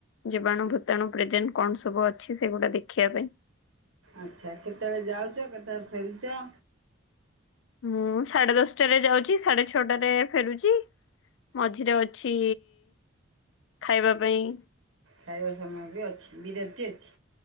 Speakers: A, on the left (about 60°); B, on the right (about 65°).
A: ଜୀବାଣୁ ଭୂତାଣୁ ପ୍ରେଜେଣ୍ଟ କଣ ସବୁ ଅଛି ସେଗୁଡ଼ା ଦେଖିବା ପାଇଁ।
B: ଆଚ୍ଛା କେତେବେଳେ ଯାଉଛ କେତେବେଳେ ଫେରୁଛ?
A: ମୁଁ ସାଢ଼େ ଦଶଟାରେ ଯାଉଛି ସାଢ଼େ ଛଅଟାରେ ଫେରୁଛି। ମଝିରେ ଅଛି ଖାଇବା ପାଇଁ।
B: ଖାଇବା ସମୟ ବି ଅଛି ବିରତି ଅଛି।